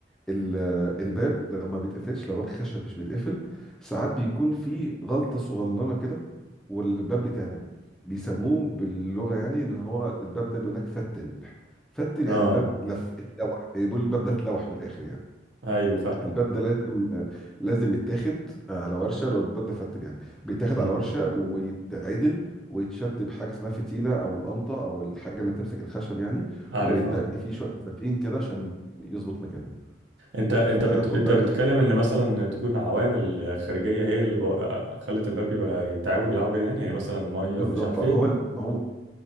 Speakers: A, in the centre; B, on the right (about 85°).
A: ال- الباب لما بيتقفلش لو باب خشب مش بيتقفل ساعات بيكون في غلطة صغننة كده والباب بيتعمل بيسموه باللغة يعني ان هو الباب ده بيقول لك فتل فتل
B: اه
A: يعني الباب لف اتلوح بيقول الباب ده اتلوح من الاخر يعني
B: ايوه فاهم
A: الباب ده لازم لازم يتاخد على ورشة لو الباب ده فتل يعني بيتاخد
B: امم
A: على ورشة ويتعدل ويتشد بحاجة اسمها فتيلة او القمطة او الحاجة اللي بتمسك الخشب يعني
B: عارف
A: ويتدق
B: اه
A: فيه شوية مسافين كده عشان يظبط مكانه
B: انت انت
A: فخد
B: بت... انت
A: بالك
B: بتتكلم ان مثلا تكون عوامل خارجيه هي اللي بو... خلت الباب يبقى يتعوج العوجه دي يعني يعني مثلا ميه
A: بالظبط
B: مش عارف
A: آه،
B: ايه
A: ما هو ال- ما هو